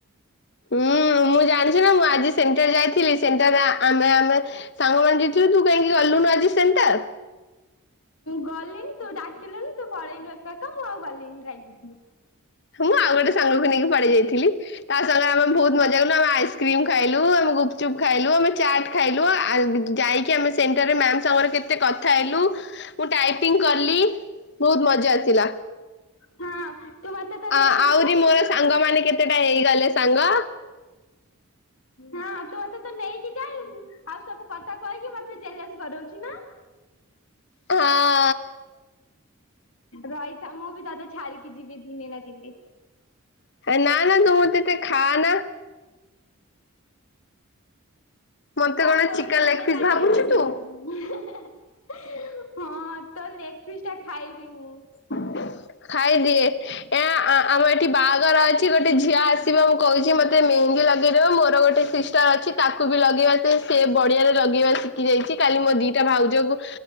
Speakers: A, on the left (about 50°); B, on the left (about 70°).
A: ହୁଁ ମୁଁ ଜାଣିଛି ନା ମୁଁ ଆଜି ସେଣ୍ଟର ଯାଇଥିଲି ସେଣ୍ଟର ଆମେ ଆମେ ସାଙ୍ଗମାନେ ରୁ ତୁ କାହିକି ଗଲୁନୁ ଆଜି ସେଣ୍ଟର।
B: ଗଲିନି ତୁ ଡାକିଲୁନି ତୁ ପଳେଇଲୁ ଏକା ଏକା ମୁଁ ଆଉ ଗଲିନି ରାଗିକି।
A: ମୁଁ ଆଉ ଗୋଟେ ସାଙ୍ଗକୁ ନେଇକି ପଳେଇ ଯାଇଥିଲି ତା ସାଙ୍ଗରେ ଆମେ ବହୁତ ମଜା ଜା କଲୁ, ଆଇସ୍କ୍ରିମ ଖାଇଲୁ ଆମେ ଗୁପଚୁପ ଖାଇଲୁ ଆମେ ଚାଟ ଖାଇଲୁ, ଆ ଯାଇକ କି ଆମେ ସେଣ୍ଟର ରେ ମ୍ୟାମ ସାଙ୍ଗରେ କେତେ କଥା ହେଲୁ ମୁ ଟାଇପିଙ୍ଗ କଲି। ବହୁତ ମଜା ଆସିଲା।
B: ହଁ ତୁ ମତେ ତ
A: ଅ
B: ନେଇକି
A: ଆହୁରି
B: ଯାଇନୁ।
A: ମୋର ସାଙ୍ଗ ମାନେ କେତେଟା ହେଇଗଲେ ସାଙ୍ଗ।
B: ହଁ ତୁ ମତେ ତ ନେଇକି ଯାଇନୁ। ଆଉ ସବୁ କଥା କହିକି ମତେ ଜେଲସ୍ କରଉଛି ନା।
A: ହଁ।
B: ରହିତା ମୁଁ ବି ତତେ ଛାଡ଼ିକି ଯିବି ଦିନେ ନା ଦିନେ।
A: ନା ନା ତୁ ମତେ ଏତେ ଖା ନା। ମତେ
B: ଚାଲ୍
A: କଣ
B: କୋଉ
A: ଚିକେନ
B: ଦିନ ଆମେ
A: ଲେଗ ପିସ୍
B: ସାଙ୍ଗ
A: ଭାବୁଛୁ
B: ହେଇକି ଯିବା।
A: ତୁ
B: <unintelligible> ହଁ ତ ଲେଗ୍ ପିଶ ଟା ଖାଇବି ମୁଁ।
A: ଖାଇଦିଏ।
B: <inaudible>
A: ଏ ଆ ଆମ ଏଠି ବାହାଘର ଅଛି ଗୋଟେ ଝିଅ ଆସିବ ମୁଁ କହୁଛି ମୋତେ ମେହେନ୍ଦୀ ଲଗେଇଦବ ମୋର ଗୋଟେ ସିଷ୍ଟର ଅଛି ତାକୁ ବି ଲଗେଇବା ସେ ସେ ବଢିଆରେ ଲଗେଇବା ଶିଖି ଯାଇଛି। କାଲି ମୋ ଦିଟା ଭାଉଜକୁ